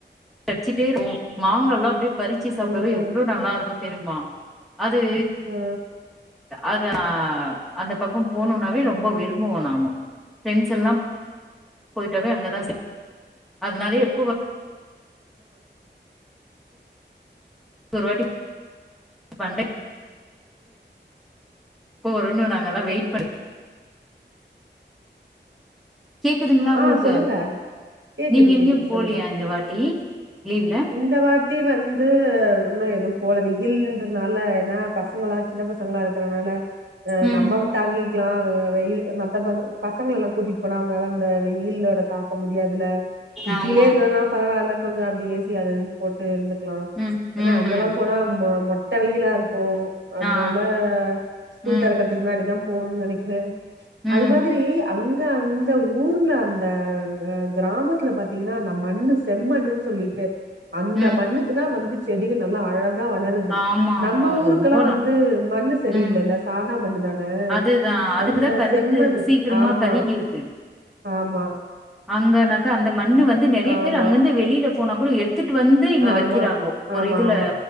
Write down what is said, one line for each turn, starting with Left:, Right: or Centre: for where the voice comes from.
Centre: அட்ச்சிட்டே இருப்போ மாங்கால்லா அப்டியே பறிச்சு சாப்டவே
Right: ம்
Centre: எவ்ளோ நல்லா இருக்கு தெரிய்மா அது
Right: அ
Centre: அத அந்த பக்கொ போனுனாவே ரொம்பொ விரும்புவோ நாங்கொ ஃப்ரெண்ட்ஸ் எல்லா போயிட்டாவே அங்கதா அதுனாலே <inaudible> இது ஒரு வாட்டி பண்டை எப்போ வருனு நாங்கல்லா வெயிட் பண் கேக்குதுங்ளா உங்களுக்கு
Right: ஆ சொல்லுங்க கேக்குது
Centre: நீங்க எங்கேயு
Right: கேக்குது
Centre: போலியா
Right: சொல்லுங்க
Centre: இந்த வாட்டி லீவ்ல
Right: இந்த வாட்டி வந்து இன்னொ எது போல வெயில்ன்றனால ஏன்னா பசங்களா சின்ன பசங்களா இருக்குறனால அ
Centre: ம்
Right: நம்ம தாங்கிக்லா வெயில் மத்த பச பசங்கள எல்லா கூட்டிட்டு போனா அவுங்க அந்த வெயிலோட தாங்க முடியாதுல சிட்டிலே
Centre: ஆமா
Right: எதோனாலு பரவால்ல கொஞ்சோ அப்டி ஏசி அது இதுன் போட்டு இருந்துக்குலா
Centre: ம் ம்
Right: அங்கல்லா
Centre: ம்
Right: போனா மொ மொட்ட வெயிலா இருக்கு அதுனால
Centre: ஆ
Right: ஸ்கூல்
Centre: ம்
Right: தெறக்க <unintelligible> முன்னாடி தா போணுனு நெனக்கிறே அது
Centre: ம்
Right: மாதிரி அங்க அந்த ஊர்ல அந்த கிராமத்துல பாத்திங்கன்னா அந்த மண்ணு செம்மண்ணு சொல்லிட்டு அந்த
Centre: ம்
Right: மண்ணுக்கு தா வந்து செடிங்க நல்லா அழகா தா வளருது
Centre: ஆமாங்க
Right: நம்ம ஊருக்கெல்லா
Centre: ரொம்ப நா
Right: வந்து மண்ணு சரியில்லல்ல
Centre: ம்
Right: சாதா மண்ணு தான
Centre: அதுதா அதுக்குதா
Right: அந்த
Centre: கருத்துது
Right: செம்மண்னு
Centre: சீக்கிரமா
Right: ஆமா
Centre: கருகிருது
Right: ஆமா
Centre: அங்கனாக்கா அந்த மண்ணு வந்து நெறைய
Right: ஆமா
Centre: பேரு அங்கந்து வெளில போனா கூட எடு த்துட்டு வந்து இங்க வக்கிறாங்கோ
Right: ஆமா
Centre: ஒரு
Right: ஆமா
Centre: இதுல
Right: ஆமா